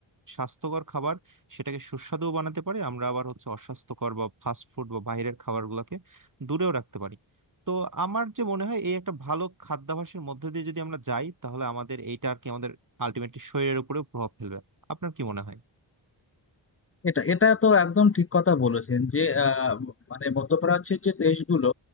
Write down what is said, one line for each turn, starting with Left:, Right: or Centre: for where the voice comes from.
Right: স্বাস্থ্যকর খাবার সেটাকে সুস্বাদুও বানাতে পারি আমরা আবার হচ্ছে অস্বাস্থ্যকর বা ফাস্ট ফুড বা বাইরের খাবারগুলোকে দূরেও রাখতে পারি তো আমার যে মনে হয় এই একটা ভালো খাদ্যাভ্যাসের মধ্যে দিয়ে যদি আমরা যাই তাহলে আমাদের এইটা আর কি আমাদের আলটিমেটলি শরীরের উপরেও প্রভাব ফেলবে আপনার কি মনে হয়
Left: এটা এটা তো একদম ঠিক কথা বলেছেন যে আহ, মানে মধ্যপ্রাচ্যের যে দেশগুলো